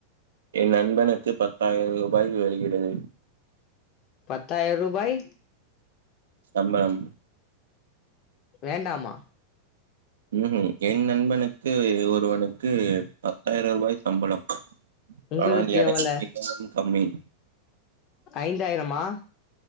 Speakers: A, on the right; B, on the left.
A: என் நண்பனுக்கு பத்தாயிரம் ரூபாய் வருகிறது
B: பத்தாயிர ரூபாய்
A: சம்பளம்
B: வேண்டாமா
A: ம் என் நண்பனுக்கு ஒருவனுக்கு பத்தாயிரம் ரூபாய் சம்பளம்
B: உங்களுக்கு
A: ஆனால் எனக்கு
B: எவ்வள
A: மிகவும் கம்மி
B: ஐந்தாயிரமா